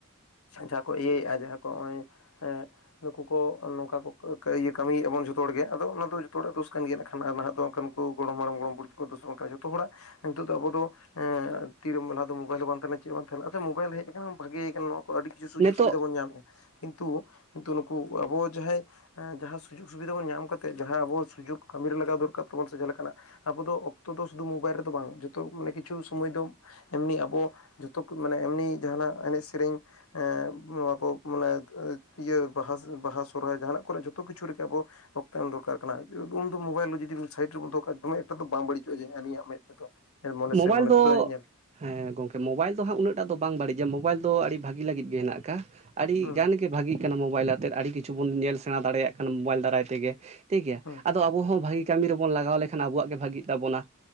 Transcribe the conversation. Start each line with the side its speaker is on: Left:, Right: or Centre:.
Left: ᱡᱟᱦᱟᱸ ᱠᱚ ᱤᱭᱟᱹᱭᱮᱜᱼᱟ ᱡᱟᱦᱟᱸ ᱠᱚ ᱱᱚᱜᱼᱚᱭ ᱦᱮᱸ ᱱᱩᱠᱩ ᱠᱚ ᱱᱚᱝᱠᱟ ᱠᱚᱤᱡᱟᱹ ᱠᱟᱹᱢᱤᱭᱮᱜᱼᱟ ᱵᱚᱱ ᱡᱷᱚᱛᱚ ᱦᱚᱲᱜᱮ ᱟᱫᱚ ᱚᱱᱟ ᱫᱚ ᱡᱚᱛᱚ ᱦᱚᱲᱟᱜ ᱫᱳᱥ ᱠᱟᱱ ᱜᱮᱭᱟ ᱮᱠᱷᱟᱱ ᱱᱟᱦᱟᱜ ᱫᱚ ᱚᱱᱠᱟᱱ ᱠᱚ ᱜᱚᱲᱚᱢ ᱟᱲᱚᱢ ᱜᱚᱲᱚᱢ ᱵᱩᱲᱦᱤ ᱠᱚ ᱫᱳᱥ ᱵᱟᱝ ᱠᱟᱱᱟ ᱡᱚᱛᱚ ᱦᱚᱲᱟᱜ ᱱᱤᱛᱚᱜ ᱫᱚ ᱟᱵᱚ ᱫᱚ ᱦᱮᱸ ᱛᱤᱨᱮᱢᱟ ᱞᱟᱦᱟ ᱫᱚ ᱢᱳᱵᱟᱭᱤᱞ ᱦᱚᱸ ᱵᱟᱝ ᱛᱟᱦᱮ ᱞᱮᱱᱟ ᱪᱮᱫ ᱵᱟᱝ ᱛᱟᱦᱮᱞ ᱮᱱᱟ ᱟ ᱢᱳᱵᱟᱭᱤᱞ ᱦᱮᱡ ᱟᱠᱟᱱᱟ ᱵᱷᱟᱜᱤ ᱠᱟᱱᱟ ᱟᱹᱰᱤ ᱠᱤᱪᱷᱩ ᱥᱩᱡᱳᱜ
Right: ᱱᱤᱛᱚᱜ
Left: ᱥᱩᱵᱤᱫᱟ ᱵᱚᱱ ᱧᱟᱢᱮᱜᱼᱟ ᱠᱤᱱᱛᱩ ᱠᱤᱱᱛᱩ ᱱᱩᱠᱩ ᱟᱵᱚ ᱡᱟᱦᱟᱸᱭ ᱡᱟᱦᱟᱸ ᱥᱩᱡᱳᱜᱽ ᱥᱩᱵᱤᱫᱷᱟ ᱵᱚᱱ ᱧᱟᱢ ᱠᱟᱛᱮᱫ ᱡᱟᱦᱟᱸ ᱟᱵᱚ ᱥᱩᱡᱳᱜᱽ ᱠᱟᱹᱢᱤ ᱨᱮ ᱞᱟᱜᱟᱣ ᱫᱚᱨᱠᱟᱨ ᱛᱟᱵᱚᱱ ᱥᱮ ᱡᱟᱦᱟᱸ ᱞᱮᱠᱟᱱᱟᱜ ᱟᱵᱚ ᱫᱚ ᱚᱠᱛᱚ ᱫᱚ ᱥᱩᱫᱩ ᱢᱳᱵᱟᱭᱤᱞ ᱨᱮᱫᱚ ᱵᱟᱝ ᱡᱚᱛᱚ ᱚᱱᱮ ᱠᱤᱪᱷᱩ ᱥᱚᱢᱚᱭ ᱫᱚ ᱮᱢᱱᱤ ᱟᱵᱚ ᱡᱚᱛᱚ ᱠᱚ ᱢᱟᱱᱮ ᱮᱢᱱᱤ ᱡᱟᱦᱟᱱᱟᱜ ᱮᱱᱮᱡ ᱥᱮᱨᱮᱧ ᱦᱮᱸ ᱱᱚᱣᱟ ᱠᱚ ᱢᱟᱱᱮ, ᱤᱭᱟᱹ ᱵᱟᱦᱟ ᱵᱟᱦᱟ ᱥᱚᱨᱚᱦᱟᱭ ᱡᱟᱦᱟᱱᱟᱜ ᱠᱚᱨᱮ ᱡᱚᱛᱚ ᱡᱚᱛᱚ ᱠᱤᱪᱷᱩ ᱨᱮ ᱜᱮ ᱟᱵᱚ ᱚᱠᱛᱚ ᱮᱢ ᱩᱱ ᱫᱚ ᱢᱳᱵᱟᱭᱤᱞ ᱨᱮ ᱡᱩᱫᱤ ᱥᱟᱭᱤᱴ ᱨᱮ ᱦᱮ ᱩᱱᱫᱚ ᱢᱚᱵᱟᱭᱤᱞ ᱫᱚ ᱡᱩᱫᱤ ᱥᱟᱭᱤᱰ ᱨᱮᱵᱚ ᱫᱚᱦᱚ ᱠᱟ ᱫᱚᱢᱮ ᱮᱠᱴᱟ ᱫᱚ ᱵᱟᱝ ᱵᱟᱹᱲᱤᱡᱚᱜᱼᱟ ᱡᱮ ᱟᱹᱞᱤᱧᱟᱜ ᱢᱮᱫ ᱛᱮᱫᱚ ᱦᱮᱸ ᱢᱚᱱᱮ
Right: ᱢᱳᱵᱟᱭᱤᱞ
Left: ᱥᱮ ᱢᱚᱱᱮ
Right: ᱫᱚ
Left: ᱛᱮᱫᱚ ᱧᱮᱞ
Right: ᱦᱮᱸ ᱜᱚᱝᱠᱮ ᱢᱳᱵᱟᱭᱤᱞ ᱫᱚ ᱦᱟᱸᱜ ᱩᱱᱟᱹᱜ ᱴᱟᱜ ᱫᱚ ᱵᱟᱝ ᱵᱟᱹᱲᱤᱡ ᱜᱮ ᱢᱳᱵᱟᱭᱤᱞ ᱫᱚ ᱟᱹᱰᱤ ᱵᱷᱟᱹᱜᱤ ᱞᱟᱹᱜᱤᱫ ᱜᱮ ᱦᱮᱱᱟᱜ ᱟᱠᱟᱼᱟ ᱟᱹᱰᱤ
Left: ᱦᱩᱸ
Right: ᱜᱟᱱ ᱜᱮ ᱵᱷᱟᱜᱤ ᱠᱟᱱᱟ ᱢᱳᱵᱟᱭᱤᱞ ᱟᱛᱮᱫ ᱟᱹᱰᱤ ᱠᱤᱪᱷᱩ ᱵᱚᱱ ᱧᱮᱞ ᱥᱮᱬᱟ ᱫᱟᱲᱮᱭᱟᱜ ᱠᱟᱱᱟ ᱢᱳᱵᱟᱭᱤᱞ ᱫᱟᱨᱟᱡ ᱛᱮ ᱛᱮᱜᱮ
Left: ᱦᱩᱸ
Right: ᱴᱷᱤᱠ ᱜᱮᱭᱟ
Left: ᱦᱩᱸ
Right: ᱟᱫᱚ ᱟᱵᱚ ᱦᱚᱸ ᱵᱷᱟᱹᱜᱤ ᱠᱟᱹᱢᱤ ᱨᱮᱵᱚᱱ ᱞᱟᱜᱟᱣ ᱞᱮᱠᱷᱟᱱ ᱟᱵᱚᱣᱟᱜ ᱜᱮ ᱵᱷᱟᱜᱤ ᱛᱟᱵᱚᱱᱟ